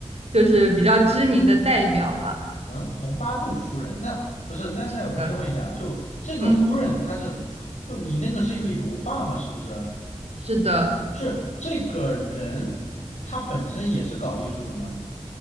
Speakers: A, on the right; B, on the left.
A: 就是比较知名的代表吧。
B: 嗯，蓬巴杜夫人，那不是？那那我先问一下，
A: 是的，
B: 就这个夫人她是，
A: 嗯，
B: 就你那个是一个油画吗？是不是？
A: 是的。
B: 是这个人他本身也是搞艺术的吗？